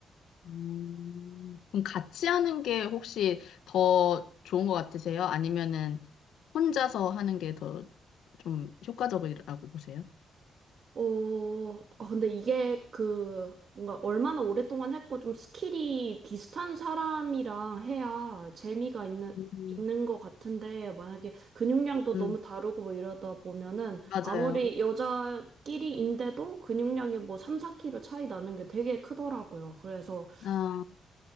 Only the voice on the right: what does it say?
어, 아, 근데 이게 그 뭔가 얼마나 오랫동안 했고 좀 스킬이 비슷한 사람이랑 해야 재미가 있는,
있는 것 같은데 만약에 근육량도
너무 다르고 뭐 이러다 보면은
아무리 여자끼리인데도 근육량이 뭐 3, 4kg 차이 나는 게 되게 크더라고요. 그래서